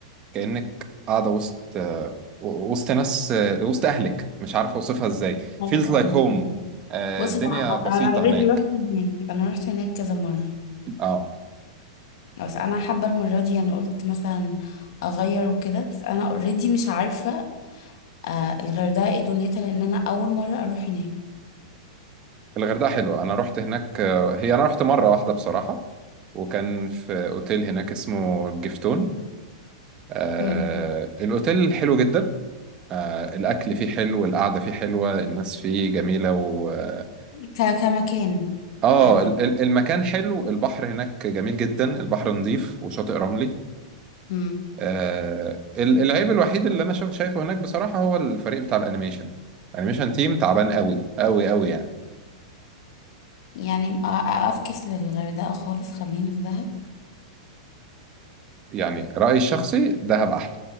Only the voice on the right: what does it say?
كأنك قاعدة وسط أه وسط ناس أه وسط أهلك مش عارف أوصفها إزاي feels
like
home أه
الدنيا
بسيطة
هناك
اه
الغردقة حلوة أنا رحت هناك آه، هي أنا رحت مرة واحدة بصراحة وكان في أوتيل هناك اسمه الجفتون آه
الأوتيل حلو جدا آه الأكل فيه حلو القعدة فيه حلوة الناس فيه جميلة و آه
آه،
ال- ال- المكان حلو البحر هناك جميل جدا البحر نظيف وشاطئ رملي
آه ال- العيب الوحيد اللي أنا شايف- شايفه هناك بصراحة هو الفريق بتاع الأنيميشن الأنيميشن تيم تعبان قوي قوي قوي يعني
يعني رأيي الشخصي دهب أحلى